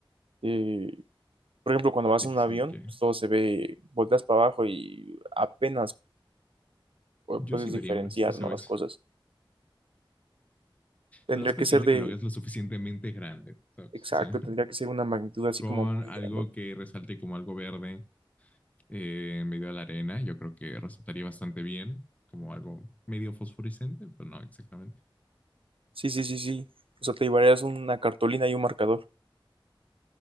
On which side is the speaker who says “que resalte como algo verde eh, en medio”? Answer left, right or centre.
Left